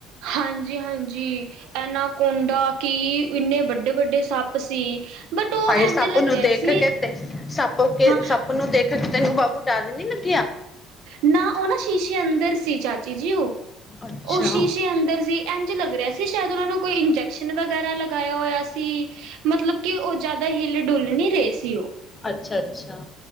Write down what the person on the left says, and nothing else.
ਹਾਏ ਸੱਪ
ਨੂੰ
ਦੇਖ
ਕੇ ਤੇ ਸੱਪ ਕੇ
ਸੱਪ ਨੂੰ ਦੇਖ <unintelligible>
ਅੱਛਾ
ਅੱਛਾ ਅੱਛਾ